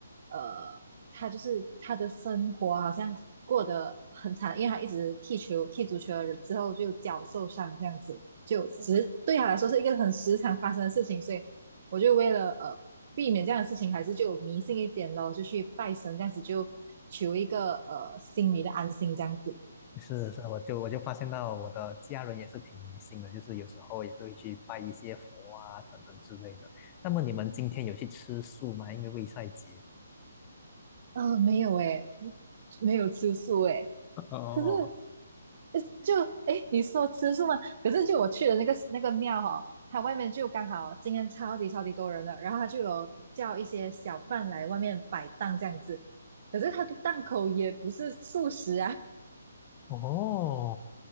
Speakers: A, on the right (about 45°); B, on the left (about 25°).
A: 呃，他就是他的生活好像过得很惨，因为他一直踢球、踢足球了之后就脚受伤这样子，就只是对他来说是一个很时常发生的事情，所以我就为了呃。避免这样的事情，还是就迷信一点咯，就去拜神，这样子就求一个呃心里的安心，这样子。
B: 是是，我就我就发现到我的家人也是挺迷信的，就是有时候也是会去拜一些佛啊等等之类的。那么你们今天有去吃素吗？因为卫塞节。
A: 呃，没有诶，没有吃素诶。
B: 哦
A: 可是呃就诶，你说吃素吗？可是就我去的那个那个庙哈、哦，它外面就刚好今天超级超级多人了，然后它就有叫一些小贩来外面摆档这样子。可是它的档口也不是素食啊，
B: 哦，